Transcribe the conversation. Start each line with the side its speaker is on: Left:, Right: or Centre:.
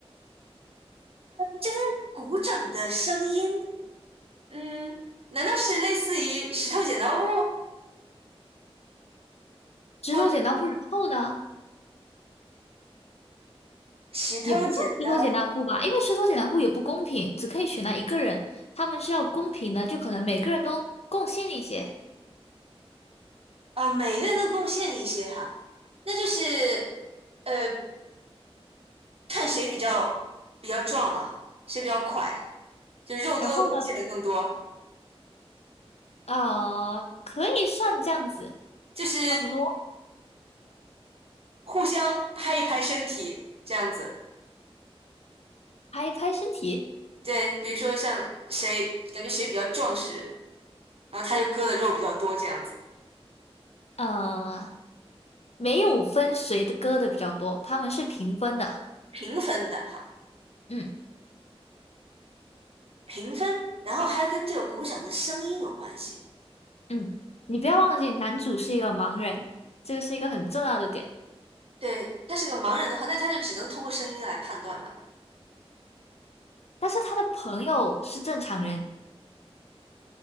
Right: 真鼓掌的声音，嗯，难道是类似于石头剪刀布？
Left: 石头剪刀布，
Right: 或者
Left: 然后呢？
Right: 石头剪刀，
Left: 也不算石头剪刀布吧，因为石头剪刀布也不公平，只可以选那一个人，他们是要公平的，就可能每个人都贡献一些。
Right: 啊，每个人都贡献一些哈，那就是呃，看谁比较比较壮了，谁比较快，就肉多的贡献的更多，
Left: 然后呢，呃，可以算这样子，
Right: 就是
Left: 差不多，
Right: 互相拍一拍身体这样子。
Left: 拍一拍身体，
Right: 对，比如说像谁感觉谁比较壮实，然后他就割的肉比较多这样子，
Left: 呃，没有分谁的歌的比较多，他们是平分的。
Right: 平分的哈，
Left: 嗯
Right: 平分，然后还要跟这个鼓掌的声音有关系。
Left: 嗯，你不要忘记，男主是一个盲人，这个是一个很重要的点，
Right: 对，他是个盲人的话，那他就只能通过声音来判断嘛。
Left: 但是他的朋友是正常人，